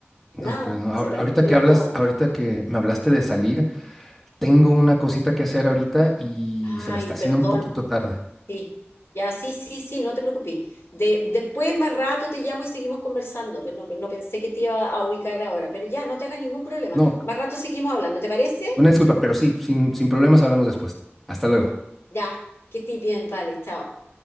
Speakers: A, in the centre; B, on the left.
A: No,
B: Nada,
A: pues no.
B: se
A: ahor-
B: perdió
A: Ahorita que hablas,
B: todo.
A: ahorita que me hablaste de salir, Tengo una cosita que hacer ahorita y
B: Ay,
A: se me está
B: perdón.
A: haciendo un poquito tarde.
B: Sí, ya, sí, sí, sí, no te preocupes. De, después, más rato, te llamo y seguimos conversando. Pero no, no pensé que te iba a ubicar ahora. Pero ya, no te hagas ningún problema.
A: No,
B: Más rato seguimos hablando, ¿te parece?
A: una disculpa, pero sí, sin, sin problemas hablamos después. Hasta luego.
B: Ya, que estés bien, vale, chao.